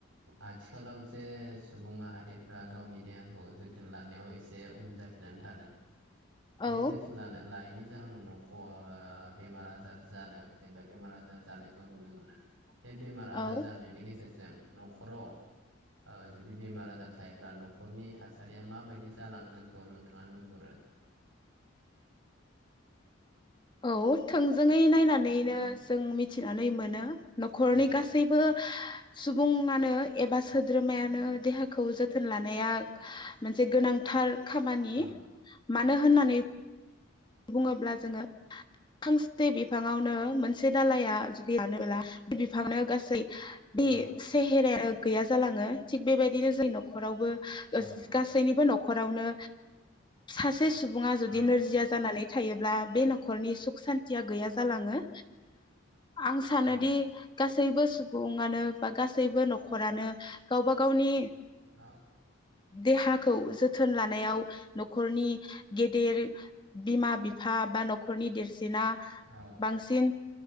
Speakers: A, on the right; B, on the left.
A: आथिखालाव जे सुबुं माहारिफ्रा गावनि देहाखौ जोथोन लानायाव एसे उन जाफिननानै थादों बे
B: औ
A: जोथोन लानो-लायिनि जाहोनाव न'खर बेमार आजार जादों जेनेबा बेमार आजार जानायखौ नुनो मोनो। बे बेमार आजार
B: औ
A: जानायनि गेजेरजों न'खराव ओ जुदि बेमार आजार थायोब्ला न'खरनि थासारिया माबायदि जालांगोनखौ नोंथाङा नुहुरो
B: औ थोंजोङै नायनानैनो जों मिथिनानै मोनो। नखरनि
A: औ
B: गासैबो सुबुङानो एबा सोद्रोमायानो देहाखौ जोथोन लानाया मोनसे गोनांथार खामानि
A: औ
B: मानो
A: औ
B: होननानै बुङोब्ला जोङो फांसे बिफाङावनो मोनसे दालाया गैयानोबोला बे बिफांनो गासै बे
A: औ
B: सेहेरे गैया जालाङो थिग बेबायदिनो जों नखरावबो
A: औ
B: गासैनिबो नखर फ्रावनो सासे सुबुंआ जुदि
A: औ
B: नोरजिया थायोब्ला बे नखरनि सुख सान्थि या गैया जालाङो। आं सानोदि
A: औ
B: गासै गासैबो सुबुङानो बा गासैबो न'खरानो गावबा गावनि
A: औ
B: देहाखौ जोथोन लानायाव नखरनि गेदेर बिमा बि फा बा न'खरनि देरसिना
A: औ
B: बांसिन